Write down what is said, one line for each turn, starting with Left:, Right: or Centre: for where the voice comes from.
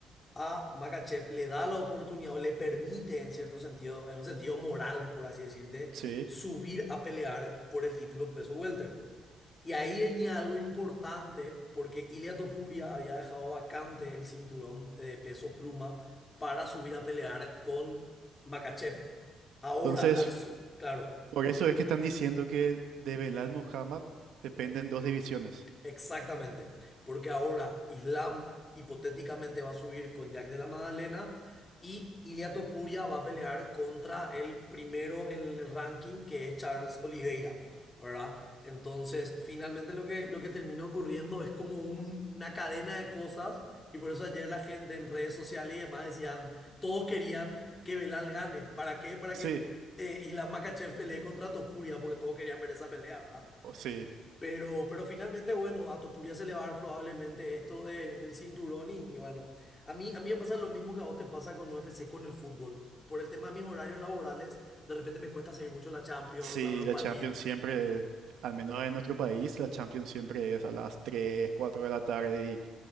Left: a Makachev le da la oportunidad o le permite, en cierto sentido, en un sentido moral, por así decirte,
Right: sí.
Left: subir a pelear por el título peso welter. Y ahí venía algo importante porque Ilia Topuria había dejado vacante el cinturón eh, de peso pluma para subir a pelear con Makachev. Ahora,
Right: Entonces,
Left: al su- claro,
Right: por eso es que están diciendo que de Belal Muhammad dependen dos divisiones.
Left: Exactamente, porque ahora Islam hipotéticamente va a subir con Jack de la Magdalena y Ilia Topuria va a pelear contra el primero en el ranking que es Charles Oliveira, ¿verdad? Entonces, finalmente lo que, lo que termina ocurriendo es como un- una cadena de cosas y por eso ayer la gente en redes sociales y demás decían, todos querían que Belal gane. ¿Para qué? Para
Right: Sí,
Left: que eh, Islam Makhachev pelee contra Topuria, porque todos querían ver esa pelea, ¿verdad?
Right: o sí.
Left: Pero, pero finalmente, bueno, a Topuria se le va a dar probablemente esto de, del cinturón y, y bueno, a mí, a mí me pasa lo mismo que a vos te pasa con UFC, con el fútbol. Por el tema de mis horarios laborales, de repente me cuesta seguir mucho la Champions,
Right: Sí,
Left: la Europa
Right: la Champions
Left: League,
Right: siempre, al menos en nuestro país, la Champions siempre es a las 3, 4 de la tarde y